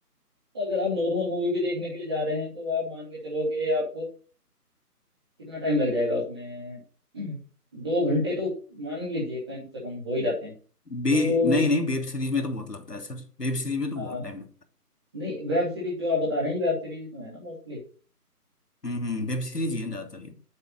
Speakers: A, on the right (about 15°); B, on the left (about 80°).
A: अगर आप नॉर्मल मूवी भी देखने के लिए जा रहे हैं तो आप मान के चलो कि आपको कितना टाइम लग जाएगा उसमें <clears throat> दो घंटे तो मान लीजिए कम से कम हो ही जाते हैं
B: बे
A: तो
B: नहीं नहीं वेब सीरीज में तो बहुत लगता है सर वेब सीरीज में तो
A: हाँ
B: बहुत टाइम लगता
A: नहीं वेब सीरीज जो आप बता रहे हैं ये वेब सीरीज तो है ना मोस्टली
B: है हम्म हम्म वेब सीरीज ही है ज्यादातर ये